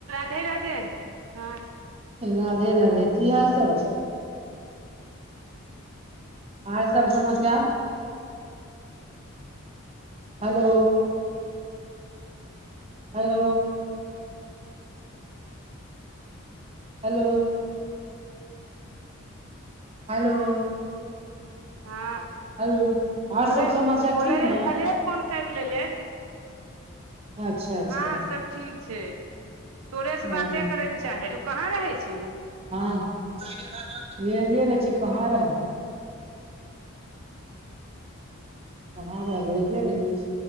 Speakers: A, on the right (about 75°); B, on the right (about 25°).
A: एय राधे हाँ
B: राधे राधे की हाल चाल छै आरसब समाचार हेलो हेलो हेलो हेलो
A: हाँ
B: हेलो आर
A: बोले
B: सब समाचार
A: बोलरहियै
B: ठीक ने
A: भले फोन कर लेले
B: अच्छा अच्छा
A: हाँ सब ठीक छै तोरेसे
B: ओ
A: बाते करे लए चाहे रहियौ तु कहाँ रहै छिहींन
B: हाँ एजिए रहै छी कहाँ रहबै कहाँ रहबै एजिए रहबै